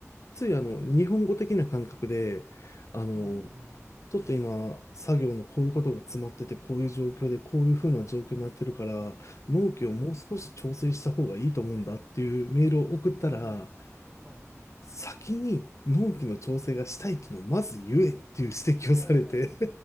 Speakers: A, on the left; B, in the centre.
A: ついあの、
B: はい。
A: 日本語的な感覚で、あの、
B: うん。
A: ちょっと今、作業のこういうことが詰まってて、こういう状況で、こういうふうな状況になってるから、納期をもう少し調整した方がいいと思うんだっていうメールを送ったら、
B: うんうん、はい。
A: 先に納期の調整がしたいっていうのをまず言えっていう指摘をされて
B: ええ、